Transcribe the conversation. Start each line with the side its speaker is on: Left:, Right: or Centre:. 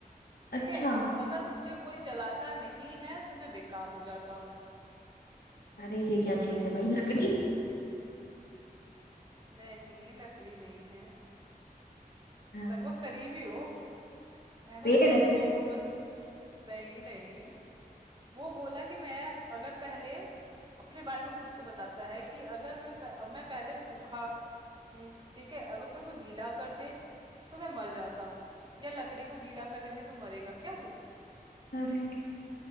Right: ठीक
Left: अच्छा
Right: है अगर मुझे कोई जलाता नहीं है तो मैं बेकार हो जाता हूँ
Left: अरे ये क्या चीज
Right: बताओ
Left: है भाई लकड़ी
Right: नहीं लकड़ी नहीं है
Left: अह,
Right: लगभग करीबी हो है ना
Left: पेड़
Right: करीबी हो बस नहीं नहीं वो बोला कि मैं अगर पहले अपने बारे में खुद को बताता है कि अगर मैं प, मैं पहले सूखा हूँ ठीक है अगर कोई मैं गीला कर दे तो मैं मर जाता हूँ या लकड़ी को गीला कर देंगे तो मरेगा क्या वो
Left: अरे